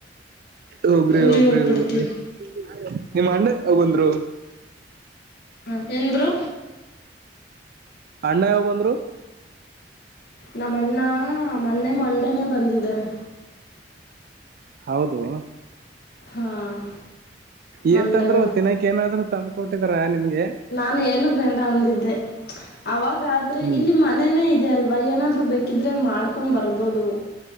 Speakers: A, on the right; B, on the left.
A: ಹೋಗ್ರಿ
B: ಊರಿಗೆ
A: ಹೋಗ್ರಿ
B: ಹೋಗ್ಬಿಡ್ತೀನಿ
A: ಊರ್ಗಿ ನೀಮ್ ಅಣ್ಣೆ ಹಂದರು
B: ಹ ಎಂದರು
A: ಅಣ್ಣ ಯಾವಂದ್ರು
B: ನಮ್ಮಣ್ಣ ಮೊನ್ನೆ ಮಂಡನೆೇ ಬಂದಿದ್ದಾರೆ
A: ಹೌದು
B: ಹಾಂ
A: ಏನ್ಂತಂದ್ರು
B: ಮಂಡೇ
A: ತಿನಾಕ್ ಏನಾದ್ರು ತಂದ್ಕ ಕೊಟ್ಟಿದ್ರ ನಿಮ್ಗೆ
B: ನಾ ಏನು ಬೇಡ ಅಂದಿದ್ದೆ ಅವಾಗಾದ್ರೆ
A: ಹ್ಮ್
B: ಇಲ್ಲಿ ಮನೇನೇ ಇೆಯ ಅಲ್ವಾ ಅವ ಏನಾದ್ರು ಬೇಕಿದ್ರೆ ಮಾಡ್ಕೊಂಡ್ ಬರ್ಬೋದು